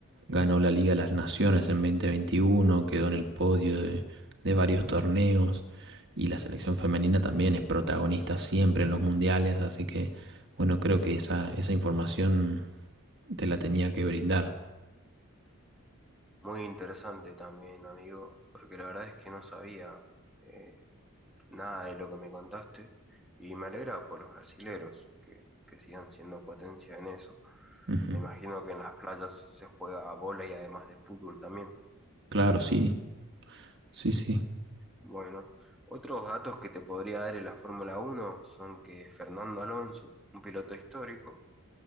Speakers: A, on the right; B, in the centre.
A: Ganó la Liga de las Naciones en dos mil veintiuno quedó en el podio de, de varios torneos. Y la selección femenina también es protagonista siempre en los mundiales. Así que, bueno, creo que esa, esa información te la tenía que brindar.
B: Muy interesante también, amigo, porque la verdad es que no sabía. eh, nada de lo que me contaste y me alegra por los brasileros que, que sigan siendo potencia en eso.
A: Ujú.
B: Me imagino que en las playas se juega bola y además de fútbol también.
A: Claro, sí, sí, sí.
B: Bueno, otros datos que te podría dar en la Fórmula uno son que Fernando Alonso, un piloto histórico,